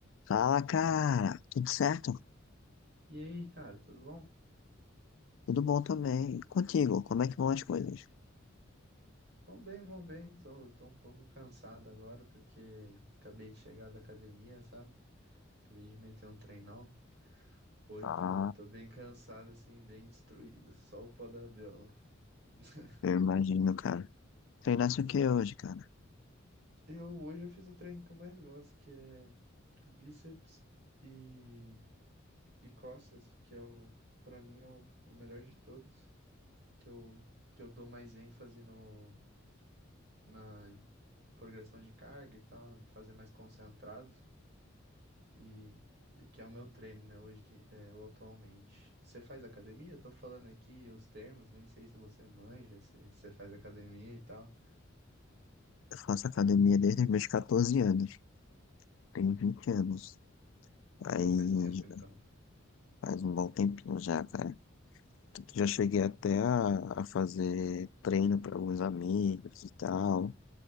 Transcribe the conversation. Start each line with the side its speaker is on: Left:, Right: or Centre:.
Left: Fala, cara. Tudo certo?
Right: E aí, cara, tudo bom?
Left: Tudo bom também. E Contigo, como é que vão as coisas?
Right: Vão bem, vão bem. Tô, tô um pouco cansado agora porque acabei de chegar da academia, sabe? Acabei de meter um treinão. Pô, então
Left: Ah,
Right: tô bem cansado, assim, bem destruído. Só o pó da rabiola. <laughs>
Left: eu imagino, cara. Treinasse o que hoje, cara?
Right: Eu hoje eu fiz o treino que eu mais gosto, que é bíceps e, e costas, que é o, pra mim é o, o melhor de todos, que eu, que eu dou mais ênfase no, na progressão de carga e tal, em fazer mais concentrado. E que é o meu treino, né, hoje, é, ou atualmente. Você faz academia? Eu tô falando aqui os termos, nem sei se você manja, se você faz academia e tal.
Left: Eu faço academia desde os meus 14 anos. Tenho 20 anos. Aí
Right: Pô, faz tempo então.
Left: faz um bom tempinho já, cara. Tanto que Já cheguei
Right: Bom,
Left: até a, a fazer treino para alguns amigos e tal.